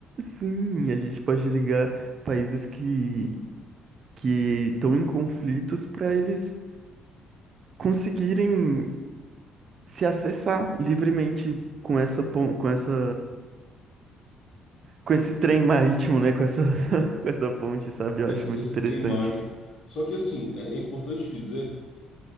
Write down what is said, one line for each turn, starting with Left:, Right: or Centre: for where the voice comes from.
Right: Sim, a gente pode ligar países que que estão em conflitos para eles conseguirem se acessar livremente com essa pon- com essa com esse trem marítimo, né? Com essa <laughs> com essa ponte, sabe? Eu
Left: Com
Right: acho
Left: esse,
Right: muito
Left: esse
Right: interessante.
Left: trem mágico. Só que, assim, é, é importante dizer